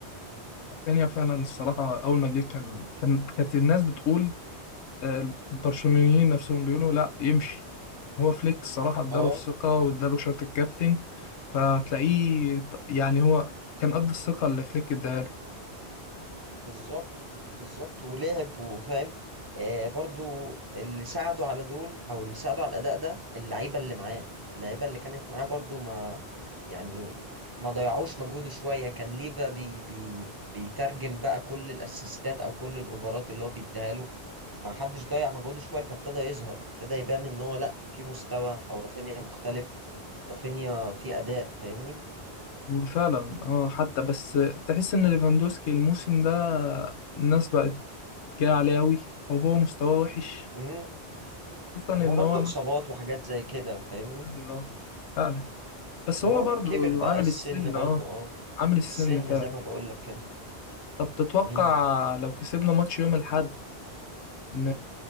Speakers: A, on the left; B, on the right.
A: رافينيا فعلا الصراحة أول ما جه كان كان كانت الناس بتقول آه، البرشلونيين نفسهم بيقولوا لا يمشي هو فليك الصراحة اداله
B: اه
A: الثقة واداله شارة الكابتن فتلاقيه ط- يعني هو كان قد الثقة اللي فليك اداها له
B: بالظبط بالظبط ولعب وفاهم آه برضو اللي ساعدوا على دول او اللي ساعدوا على الاداء ده اللعيبه اللي معاه اللعيبه اللي كانت معاه برضو ما يعني ما ضيعوش مجهوده شويه كان ليفا بي بي بيترجم بقى كل الاسيستات او كل الاوفرات اللي هو بيديها له ما حدش ضيع مجهوده شويه فابتدى يظهر ابتدى يبان ان هو لا في مستوى او رافينيا مختلف رافينيا في اداء فاهمني
A: وفعلا اه حتى بس تحس ان ليفاندوسكي الموسم ده الناس بقت جاية عليه أوي أو هو مستواه وحش
B: امم
A: خصوصا ان
B: هو برضو
A: هو
B: اصابات وحاجات زي كده فاهمني
A: ايوه فعلا بس
B: هو
A: هو برضو
B: كبر بقى
A: عامل
B: السن
A: السن
B: برضه
A: اه
B: اه
A: عامل السن
B: السن
A: فعلا
B: زي ما بقول لك كده
A: طب تتوقع
B: مم.
A: لو كسبنا ماتش يوم الأحد ن...